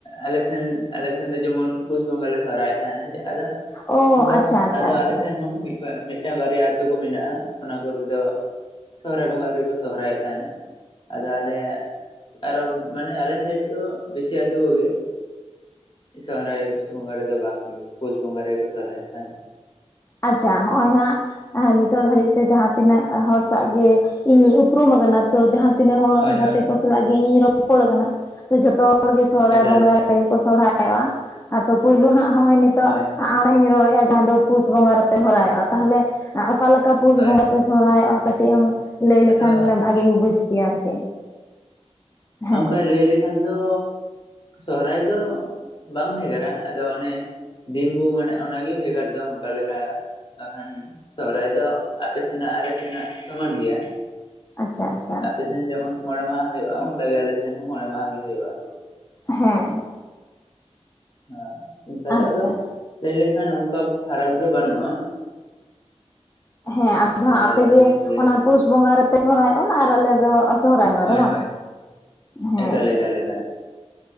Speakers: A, on the left; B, on the left.
A: ᱟᱞᱮᱮᱥᱱ ᱟᱞᱮᱮᱥᱱ ᱫᱚ ᱡᱮᱢᱚᱱ ᱯᱩᱥ ᱵᱚᱸᱜᱟ ᱞᱮ ᱥᱚᱦᱨᱟᱭᱚᱜ ᱛᱟᱦᱮᱱᱟ ᱟᱫᱚ
B: ᱚ
A: ᱚᱱᱠᱟ
B: ᱟᱪᱪᱷᱟ ᱟᱪᱪᱷᱟ
A: ᱟᱫᱚ
B: ᱟᱪᱪᱷᱟ
A: ᱟᱞᱮ ᱥᱮᱱ ᱦᱚᱸ ᱢᱤᱫ ᱢᱤᱫᱴᱟᱝ ᱵᱟᱨᱭᱟ ᱟᱹᱛᱩᱳ ᱠᱚ ᱢᱮᱱᱟᱜᱼᱟ ᱚᱱᱟ ᱠᱚᱨᱮ ᱫᱚ ᱥᱚᱦᱨᱟᱭ ᱵᱚᱸᱜᱟ ᱨᱮᱠᱚ ᱥᱚᱦᱨᱟᱭᱚᱜ ᱛᱟᱦᱮᱱᱟ ᱟᱫᱚ ᱟᱞᱮ ᱟᱨᱚ ᱢᱟᱱᱮ ᱟᱞᱮ ᱥᱟᱭᱤᱰ ᱫᱚ ᱵᱮᱥᱤ ᱟᱹᱛᱩ ᱠᱚᱜᱮ ᱥᱚᱦᱨᱟᱭ ᱵᱚᱸᱜᱟ ᱨᱮᱫᱚ ᱵᱟᱝᱜᱮ ᱯᱩᱥ ᱵᱚᱸᱜᱟ ᱨᱮᱜᱮ ᱠᱚ ᱥᱚᱦᱨᱟᱭᱚᱜ ᱛᱟᱦᱮᱱᱟ
B: ᱟᱪᱪᱷᱟ ᱦᱚᱜᱼᱚᱭ ᱦᱟᱸᱜ ᱱᱤᱛᱚᱜᱜ ᱫᱷᱟᱹᱨᱤᱡ ᱛᱮ ᱡᱟᱦᱟᱸᱛᱤᱱᱟᱹᱜ ᱦᱚᱲ ᱥᱟᱶ ᱜᱮ ᱤᱧ ᱩᱯᱨᱩᱢ ᱠᱟᱱᱟ ᱛᱚ ᱡᱟᱦᱟ <inaudible> ᱛᱤᱱᱟᱹᱜ ᱦᱚᱲ
A: ᱦᱳᱭ
B: ᱜᱟᱛᱮ
A: ᱦᱳᱭ
B: ᱠᱚ ᱥᱟᱞᱟᱜ ᱜᱮ ᱤᱧᱤᱧ ᱨᱚᱯᱚᱲ ᱠᱟᱱᱟ ᱡᱷᱚᱛᱚ ᱦᱚᱲ ᱜᱮ ᱥᱚᱦᱨᱟᱭ
A: ᱮᱠᱟᱞ
B: ᱵᱚᱸᱜᱟ
A: ᱮᱠᱟᱞ
B: ᱨᱮᱜᱮ ᱠᱚ ᱥᱚᱦᱨᱟᱭ ᱦᱳᱭᱳᱜ ᱟ ᱟᱫᱚ ᱯᱳᱭᱞᱳ ᱦᱟᱸᱜ ᱦᱚᱜᱼᱚᱭ ᱱᱤᱛᱚᱜ
A: ᱦᱳᱭ ᱦᱳᱭ
B: ᱟᱜ ᱦᱟᱜ ᱤᱧ ᱨᱚᱲᱮᱫᱼᱟ ᱡᱟᱦᱟᱸ ᱫᱚ ᱯᱩᱥ ᱯᱩᱥ ᱵᱚᱸᱜᱟ ᱨᱮᱯᱮ ᱥᱚᱦᱨᱟᱭᱚᱜᱼᱟ ᱛᱟᱦᱚᱞᱮ ᱚᱠᱟ ᱞᱮᱠᱟ ᱯᱩᱥ
A: ᱦᱳᱭ
B: ᱵᱚᱸᱜᱟ
A: ᱦᱳᱭ
B: ᱯᱮ ᱥᱚᱦᱨᱟᱭᱚᱜᱼᱟ ᱠᱟᱹᱴᱤᱡ ᱮᱢ ᱞᱟᱹᱭ ᱞᱮᱠᱷᱟᱱ
A: ᱟᱫᱚ
B: ᱵᱷᱟᱜᱤᱧ ᱵᱩᱡᱽ ᱠᱮᱭᱟ ᱟᱨᱠᱤ ᱦᱮᱸ
A: ᱚᱱᱠᱟ ᱞᱟᱹᱭ ᱞᱮᱠᱷᱟᱱ ᱫᱚ ᱥᱚᱦᱨᱟᱭ ᱫᱚ ᱵᱟᱝ ᱵᱷᱮᱜᱟᱨᱟ ᱟᱫᱚ ᱚᱱᱮ ᱫᱤᱱ ᱵᱚ ᱢᱟᱱᱮ ᱚᱱᱟᱜᱮ ᱵᱷᱮᱜᱟᱨ ᱫᱚ ᱚᱱᱠᱟ ᱞᱮᱠᱟ ᱵᱟᱠᱷᱟᱱ ᱥᱚᱦᱨᱟᱭ ᱫᱚ ᱟᱯᱮ ᱥᱮᱱᱟᱜ ᱟᱞᱮ ᱥᱮᱱᱟᱜ ᱥᱚᱢᱟᱱ ᱜᱮᱭᱟ
B: ᱟᱪᱪᱷᱟ ᱟᱪᱪᱷᱟ
A: ᱟᱯᱮ ᱥᱮᱱ ᱡᱮᱢᱚᱱ ᱢᱚᱬᱮ ᱢᱟᱦᱟ ᱦᱩᱭᱩᱜᱼᱟ ᱚᱱᱠᱟᱟᱜ ᱜᱮ ᱟᱞᱮ ᱥᱮᱱ ᱦᱚᱸ ᱢᱚᱬᱮ ᱢᱟᱦᱟ ᱜᱮ ᱦᱩᱭᱩᱜᱼᱟ
B: ᱦᱮᱸ
A: ᱦᱮ ᱚᱱᱠᱟ
B: ᱟᱪᱪᱷᱟ
A: ᱫᱚ ᱟᱫᱚ ᱞᱟᱹᱭ <unintelligible> ᱮᱠᱷᱟᱱ ᱚᱱᱠᱟ ᱯᱷᱟᱨᱟᱠ ᱫᱚ ᱵᱟᱹᱱᱩᱜᱼᱟ᱾
B: ᱦᱮᱸ ᱟᱫᱚ
A: ᱥᱚᱦᱨᱟᱭ
B: ᱦᱟᱸᱜ ᱟᱯᱮᱜᱮ
A: ᱫᱚ ᱢᱤᱫ ᱜᱮ
B: ᱚᱱᱟ
A: ᱦᱩᱭᱩᱜᱼᱟ
B: ᱯᱩᱥ ᱵᱚᱸᱜᱟ ᱨᱮᱯᱮ ᱥᱚᱦᱚᱨᱟᱭᱚᱜᱼᱟ ᱟᱨ ᱟᱞᱮ ᱫᱚ ᱥᱚᱦᱨᱟᱭ ᱵᱚᱸᱜᱟ
A: ᱦᱳᱭ
B: ᱨᱮ ᱵᱟᱝ
A: ᱦᱳᱭ
B: ᱦᱮᱸ
A: ᱮᱠᱟᱞ ᱮᱠᱟᱞ ᱮᱠᱟᱞ